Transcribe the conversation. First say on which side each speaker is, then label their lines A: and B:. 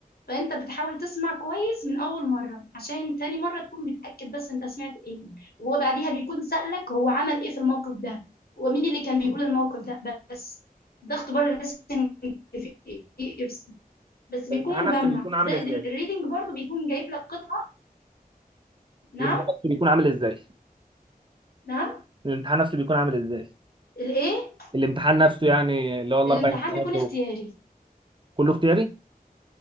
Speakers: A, on the left (about 80°); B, on the right (about 30°).
A: فانت بتحاول تسمع كويس من اول مرة عشان تاني مرة تكون بتأكد بس انت سمعت ايه وهو بعديها بيكون سألك هو عمل ايه في الموقف ده ومين اللي كان بيقول الموقف ده بس ده اختبار الليسننج في اف بس بيكون
B: الامتحان نفسه
A: مجمع
B: بيكون عامل
A: زائد
B: ازاي
A: ال- الريدنج برضو بيكون جايب لك قطعة نعم
B: الامتحان نفسه بيكون عامل ازاي
A: نعم
B: الامتحان نفسه بيكون عامل ازاي
A: الايه
B: الامتحان نفسه يعني اللي هو الاربع
A: الامتحان
B: امتحانات
A: بيكون
B: دول
A: اختياري
B: كله اختياري